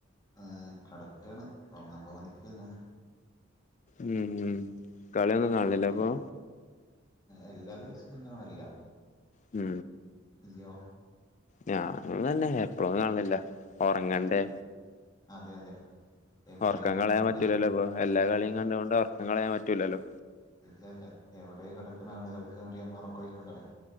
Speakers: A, on the left; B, on the left.
A: ആ കടക്കാണ്. ഒർ ങ്ങാൻ പോവാൻ നിക്കെന്നു.
B: മ്. കളിയൊന്നും കാണ്ലില്ലേ.
A: അപ്പം
B: അപ്പോ?
A: എല്ലാ ദിവസൊന്നും കാണല്യ.
B: മ്.
A: ഇയ്യോ?
B: ഞാനും തന്നെ എപ്പ്ളും കാണ്ലില്ല. ഒറങ്ങണ്ടേ.
A: ഉം അതെ അതെ. എവിടെ
B: ഒർക്കം
A: കിടക്കണ
B: കളയാൻ പറ്റുലല്ലോ പ്പൊ. എല്ലാ കളിയും കണ്ടുകൊണ്ട് ഒർക്കം കളയാൻ പറ്റൂലല്ലോ.
A: ഇല്ല ഇല്ല. എവിടെ കെടക്ക്ണ. ആളുകൾക്ക് വേണ്ടി നമ്മള് ഒറക്കൊയിക്കണ്ടല്ലോ.